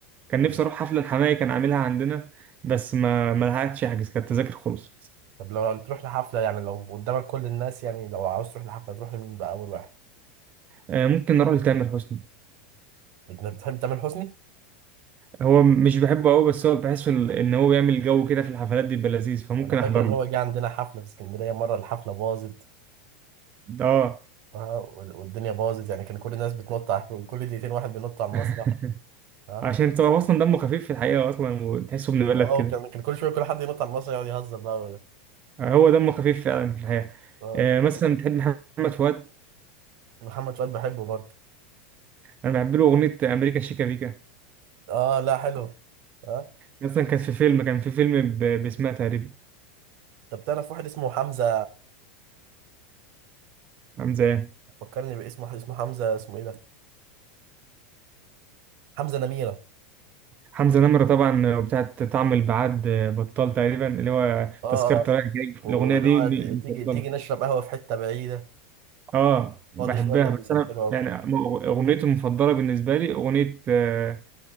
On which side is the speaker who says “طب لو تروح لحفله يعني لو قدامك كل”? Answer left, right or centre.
Right